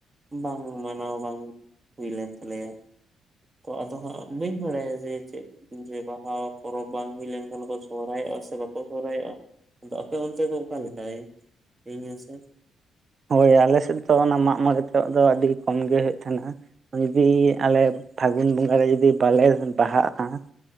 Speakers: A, on the right; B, on the right.
A: ᱵᱟᱝ ᱢᱟᱱᱟᱣᱟ ᱵᱟᱝ ᱼᱼ ᱦᱩᱭ ᱞᱮᱱ ᱛᱟᱞᱮᱭᱟ ᱛᱚ ᱟᱫᱚ ᱦᱟᱸᱜ ᱵᱟᱹᱧ ᱵᱟᱲᱟᱭᱟ ᱡᱮ ᱪᱮᱜ ᱼᱼ ᱡᱮ ᱵᱟᱦᱟ ᱯᱚᱨᱚᱵᱽ ᱵᱟᱝ ᱦᱩᱭ ᱞᱮᱱᱠᱷᱟᱱ ᱠᱚ ᱥᱚᱨᱦᱟᱭᱚᱜᱼᱟ ᱥᱮ ᱵᱟᱠᱚ ᱥᱚᱨᱦᱟᱭᱚᱜᱼᱟ ᱾ ᱟᱫᱚ ᱟᱯᱮ ᱚᱱᱛᱮ ᱫᱚ ᱚᱠᱟ ᱞᱮᱠᱟᱭ ᱞᱟᱹᱭᱤᱧ ᱢᱮᱥᱮ ᱼᱼ
B: ᱦᱳᱭ ᱟᱞᱮ ᱥᱮᱜ ᱫᱚ ᱚᱱᱟ ᱢᱟᱜ ᱢᱚᱬᱮ ᱛᱟᱜ ᱫᱚ ᱟᱹᱰᱤ ᱠᱚᱢ ᱜᱮ ᱦᱩᱭᱩᱜ ᱛᱟᱦᱮᱱᱟ ᱾ ᱡᱩᱫᱤ ᱟᱞᱮ ᱯᱷᱟᱹᱜᱩᱱ ᱵᱚᱸᱜᱟ ᱨᱮ ᱡᱩᱫᱤ ᱵᱟᱞᱮ ᱵᱟᱦᱟᱜᱼᱟ ᱾